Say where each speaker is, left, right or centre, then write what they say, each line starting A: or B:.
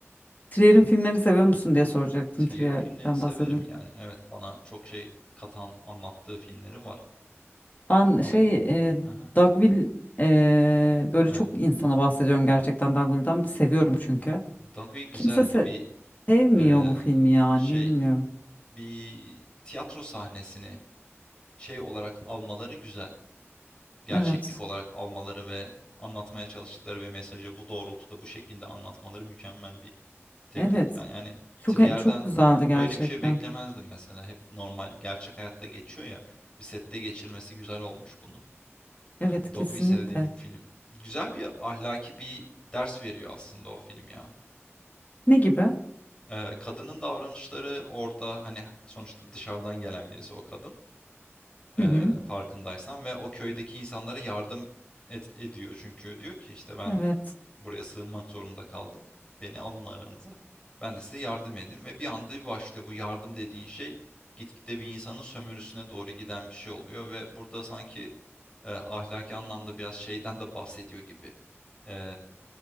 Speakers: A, on the left; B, on the left.
A: Trier'in filmlerini seviyor musun diye soracaktım
B: Trier'in
A: Trier'den
B: filmlerini severim
A: bahsedin.
B: yani. Evet bana çok şey katan anlattığı filmleri var.
A: Ben
B: Ama
A: şey e,
B: Hı hı,
A: Dogville e, böyle
B: evet.
A: çok insana bahsediyorum gerçekten Dogville'den. Seviyorum çünkü.
B: Dogville güzeldi
A: Kimse se-
B: bir
A: sevmiyor
B: e,
A: bu filmi yani
B: şey
A: bilmiyorum.
B: bir tiyatro sahnesini şey olarak almaları güzel. gerçeklik
A: Evet.
B: olarak almaları ve anlatmaya çalıştıkları bir mesajı bu doğrultuda bu şekilde anlatmaları mükemmel bir teknik.
A: Evet.
B: Ben yani
A: Çok
B: Trier'den
A: e- çok güzeldi
B: böyle
A: gerçekten.
B: bir şey beklemezdim mesela. Hep normal gerçek hayatta geçiyor ya. Bir sette geçirmesi güzel olmuş bunu.
A: Evet,
B: Dogville
A: kesinlikle.
B: sevdiğim bir film. Güzel bir ahlaki bir ders veriyor aslında o film ya.
A: Ne gibi?
B: Ee, kadının davranışları orada hani sonuçta dışarıdan gelen birisi o kadın e,
A: Hı hı.
B: farkındaysan ve o köydeki insanlara yardım et, ediyor. Çünkü diyor ki işte ben
A: Evet.
B: Buraya sığınmak zorunda kaldım. Beni alın aranıza. Ben de size yardım edeyim. Ve bir anda bir başlıyor bu yardım dediğin şey. Gitgide bir insanın sömürüsüne doğru giden bir şey oluyor. Ve burada sanki e, ahlaki anlamda biraz şeyden de bahsediyor gibi. E,